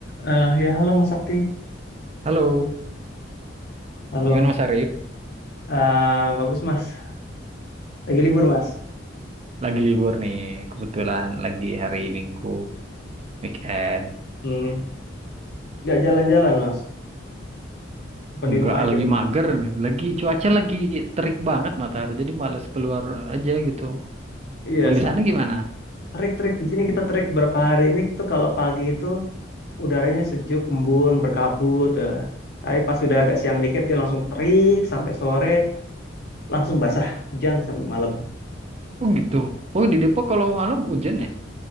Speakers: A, on the left; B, on the right.
A: Eh, ya, halo Mas Sakti.
B: Halo,
A: Halo.
B: gimana Mas Arif?
A: Eh, bagus Mas. Lagi libur Mas.
B: Lagi libur nih, kebetulan lagi hari Minggu, weekend.
A: Hmm. Nggak jalan-jalan Mas. Apa di
B: Nggak
A: rumah aja?
B: lagi mager, lagi cuaca lagi terik banget matahari, jadi malas keluar aja gitu.
A: Iya,
B: Kalau
A: sama.
B: di sana gimana?
A: Trek-trek di sini kita trek berapa hari ini tuh kalau pagi itu udaranya sejuk, embun, berkabut. eh. Tapi pas sudah agak siang dikit dia langsung terik sampai sore, langsung basah, hujan sampai malam.
B: Oh gitu. Oh di Depok kalau malam hujan ya?